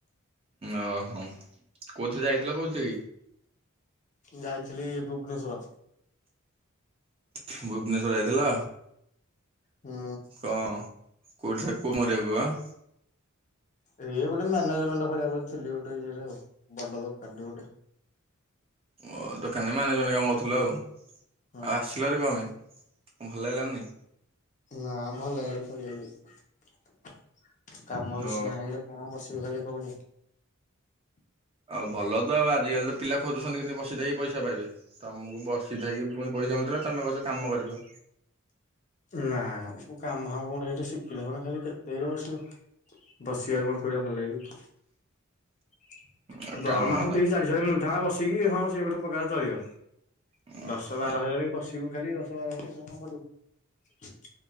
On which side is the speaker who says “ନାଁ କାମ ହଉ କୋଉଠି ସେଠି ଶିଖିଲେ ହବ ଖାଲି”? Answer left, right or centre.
Left